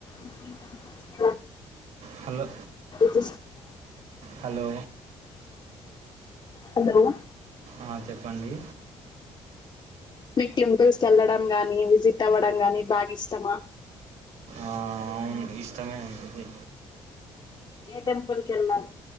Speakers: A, on the left; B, on the right.
A: ఒకే time pass కి
B: hello
A: <inaudible>
B: hello
A: hello
B: ఆ చెప్పండి
A: మీకు టెంపుల్స్ కేళ్ళడం గాని విజిట్ అవ్వడం గాని బాగా ఇష్టమా
B: ఆ అవును ఇష్టమే అండి ఇది
A: ఏ టెంపుల్కి ఎల్లారు